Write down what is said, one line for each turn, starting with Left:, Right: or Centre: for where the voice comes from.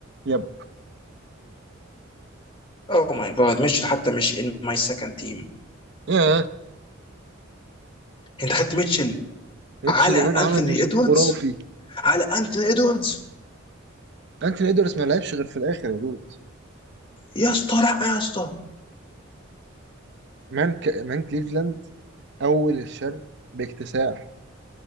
Right: يب
Left: اوه ماي جاد ميتشل حتى مش ان ماي سكند تيم
Right: ياه
Left: انت خدت ميتشل
Right: ريتش
Left: على
Right: ليمان
Left: انثوني
Right: عمل موسم
Left: ادواردز
Right: خرافي
Left: على انثوني ادواردز
Right: انتوني ادوارز ما لعبش غير في الاخر يا دود
Left: يا اسطى لا يا اسطى
Right: مان ك... مان كليفلاند اول الشرق باكتساح